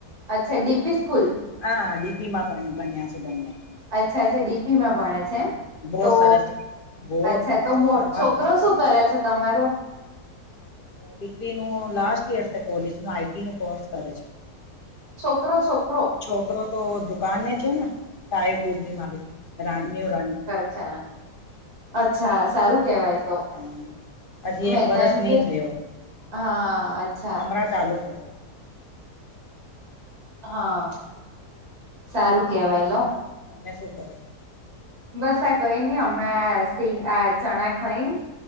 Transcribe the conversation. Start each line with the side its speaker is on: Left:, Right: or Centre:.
Right: અચ્છા ડીપી સ્કૂલ.
Left: હા ડીપી માં પણ બન્યા છે બંને-
Right: અચ્છા અચ્છા ડીપી માં ભણે છે એમ-
Left: બહુ
Right: તો
Left: સરસ બહુ
Right: અચ્છા
Left: મસ્ત
Right: તો મો
Left: મસ્ત
Right: છોકરો
Left: સ્કૂલ
Right: શું કરે છે તમારો-
Left: ડિગ્રી નું લાસ્ટ યર તે કોલેજ ન આઈટી નું કોર્સ કરે છે.
Right: છોકરો છોકરો-
Left: છોકરો તો દુકાનને છે ને ટાય ટ્યુબ ની મારી રા રા
Right: અચછા અચ્છા સારું કેવાય તો-
Left: હા હજી
Right: મેં
Left: એક બરસ
Right: તો એમ
Left: નહી
Right: કે
Left: થયો-
Right: હા અચ્છા
Left: અમરા તાલુકા છે.
Right: હા સારું કેવાય તો -
Left: તમે શું કરો?
Right: બસ આ કઈ નને હમણાં સિ આ ચણા ખઈ-